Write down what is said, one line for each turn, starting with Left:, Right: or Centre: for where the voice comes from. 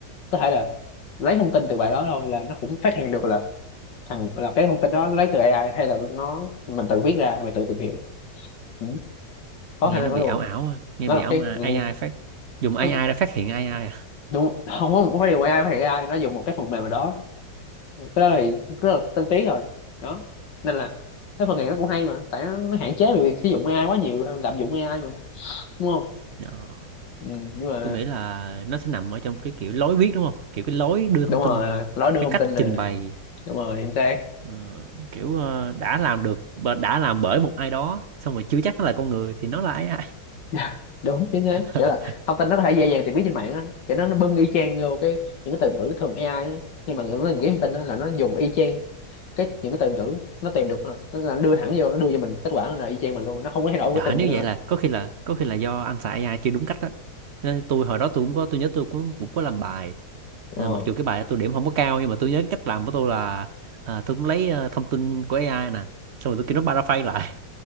Left: có thể là lấy thông tin từ bài đó thôi là nó cũng phát hiện được là thằng là cái thông tin đó lấy từ AI hay là nó mình tự viết ra hay mình tự tìm hiểu ừ. có
Right: Nghe
Left: khả năng
Right: nó
Left: đó
Right: bị
Left: luôn
Right: ảo ảo à, nghe
Left: nó
Right: bị
Left: là
Right: ảo
Left: cái
Right: mà
Left: ừ,
Right: AI phát dùng AI
Left: nó-
Right: để phát hiện AI à.
Left: đúng không không phải dùng AI phải AI nó dùng một cái phần mềm nào đó cái đó thì cũng rất là tân tiến rồi đó nên là cái phần này nó cũng hay mà tại nó, nó hạn chế về việc sử dụng AI quá nhiều lạm dụng AI mà đúng không
Right: Ờ,
Left: ừ, nhưng mà
Right: Tôi nghĩ là nó sẽ nằm ở trong cái kiểu lối viết đúng không? Kiểu cái lối đưa
Left: đúng
Right: thông
Left: rồi
Right: tin,
Left: nó đưa
Right: cái
Left: thông
Right: cách
Left: tin nè
Right: trình bày
Left: đúng rồi chính xác
Right: ờ, kiểu ờ, đã làm được đã làm bởi một ai đó xong rồi chưa chắc nó là con người thì nó là AI.
Left: Dạ, <laughs> đúng chính xác
Right: <laughs>
Left: kiểu là thông tin nó có thể dễ dàng tìm biết trên mạng á kiểu nó nó bưng y chang vô cái những cái từ ngữ thường AI á. khi mà nó tìm kiếm thông tin á, là nó dùng y chang cái những cái từ ngữ nó tìm được thôi nó là đưa thẳng vô nó đưa cho mình kết quả là y chang mình luôn nó không có thay đổi
Right: Dạ
Left: cái từ
Right: nếu
Left: ngữ nữa
Right: vậy
Left: hết
Right: là có khi là có khi là do anh xài AI chưa đúng cách đó. Nên tôi hồi đó tôi cũng có tôi nhớ tôi cũng cũng có làm bài. À,
Left: ờ
Right: mặc dù cái bài đó tôi điểm không có cao nhưng mà tôi nhớ cái cách làm của tôi là à, tôi cũng lấy ờ, thông tin của AI nè, xong rồi tôi kêu nó paraphrase lại.